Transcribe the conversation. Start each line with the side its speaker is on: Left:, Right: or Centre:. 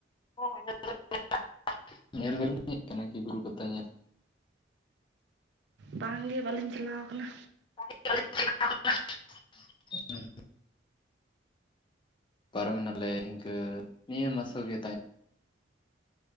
Left: <unintelligible> ᱧᱮᱞ ᱵᱟᱵᱤᱱ ᱦᱮᱡ ᱟᱠᱟᱱᱟ ᱵᱩᱨᱩ ᱯᱟᱛᱟ ᱧᱮᱞ?
Right: ᱵᱟᱝ ᱜᱮ ᱵᱟᱹᱞᱤᱧ ᱪᱟᱞᱟᱣ ᱠᱟᱱᱟ᱾
Left: <unintelligible> ᱦᱩᱢ ᱯᱟᱨᱚᱢᱮᱱᱟᱞᱮ ᱤᱱᱠᱟᱹ ᱱᱤᱭᱟᱹ ᱢᱟᱥᱚ ᱜᱮ ᱛᱟᱭᱚᱢᱼᱼ